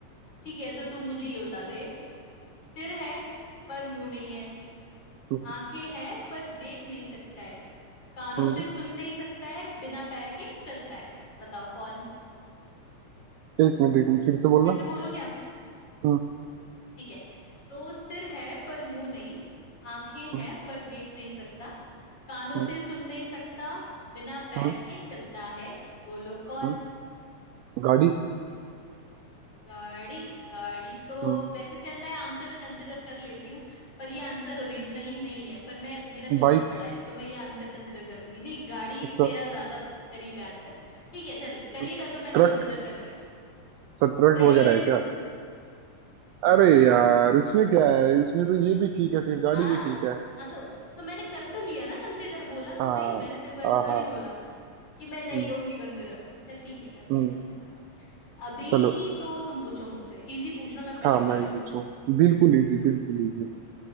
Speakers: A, on the left (about 35°); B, on the right (about 85°).
A: ठीक है तो तू मुझे ये बता दे सिर है पर मुंह नहीं है
B: हम्म,
A: आंखें हैं पर देख नहीं सकता है कानों
B: हम्म।
A: से सुन नहीं सकता है बिना पैर के चलता है बताओ कौन
B: एक मिनट एक मिनट फिर से बोलना
A: फिर से बोलू
B: हम्म
A: ठीक है तो सिर है पर मुंह नहीं आंखें हैं
B: हम्म
A: पर देख नहीं सकता कानों
B: हम्म
A: से सुन नहीं सकता बिना पैर
B: हम्म
A: के चलता है बोलो कौन
B: हम्म, गाड़ी
A: गाड़ी गाड़ी तो
B: हम्म
A: वैसे चल मैं आंसर कंसिडर कर लेती हूँ पर ये आंसर ओरिजिनली नहीं है पर मैं मेरा दिल
B: बाइक
A: बहुत बड़ा है तो मैं ये आंसर कंसिडर कर लूंगी नहीं गाड़ी
B: अच्छा
A: तेरा ज्यादा करीब है आंसर ठीक है चल करीब
B: हम्म,
A: है तो मैंने
B: ट्रक
A: कंसिडर कर लिया
B: अच्छा ट्रक
A: ट्रेन
B: वगैरह है क्या अरे यार इसमें क्या है इसमें तो ये भी ठीक है फिर गाड़ी
A: हाँ
B: भी ठीक है
A: हाँ तो तो मैंने कर तो लिया ना कंसिडर बोला तो
B: हाँ
A: सही मैंने तेरे को ऐसे
B: हाँ
A: थोड़ी
B: हाँ
A: बोला
B: हाँ
A: कि मैं नहीं
B: हम्म
A: करूंगी कंसिडर चल ठीक है कर लिया
B: हम्म
A: कंसिडर अभी
B: चलो
A: तो तुम पूछो मुझसे इजी पूछना मैं पहले
B: हाँ
A: बता
B: मैं
A: रही
B: ही
A: हूँ
B: पूछूं बिल्कुल इजी बिल्कुल
A: हम्म,
B: इजी